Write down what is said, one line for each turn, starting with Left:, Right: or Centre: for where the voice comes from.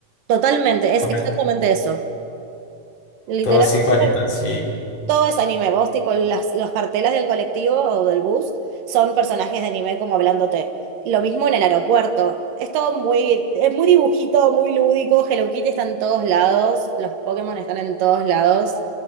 Right: totalmente, es
Left: Todo-
Right: exactamente eso. Literalmente
Left: Todos igualitos,
Right: Todo es anime. Vos, tipo, las, los carteles del colectivo o del bus son personajes de anime como hablándote. Lo mismo en el aeropuerto. Es todo muy, es muy dibujito, muy lúdico. Hello Kitty está en todos lados. Los Pokémon están en todos lados.